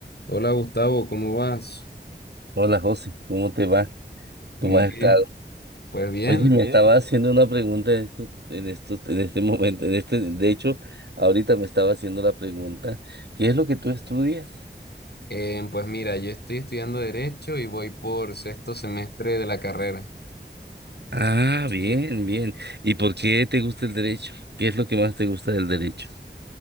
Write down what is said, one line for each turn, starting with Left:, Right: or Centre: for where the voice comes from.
Left: Hola Gustavo, ¿cómo vas?
Right: Hola José, ¿cómo te va?
Left: Bien,
Right: ¿Cómo has
Left: bien.
Right: estado?
Left: Pues bien,
Right: Oye, me Bien, estaba haciendo una pregunta en estos- en estos- en este momento, en este, de hecho, ahorita me estaba haciendo la pregunta, ¿qué es lo que tú estudias?
Left: em, pues mira, yo estoy estudiando Derecho y voy por sexto semestre de la carrera.
Right: Ah, bien, bien. ¿Y por qué te gusta el derecho? ¿Qué es lo que más te gusta del derecho?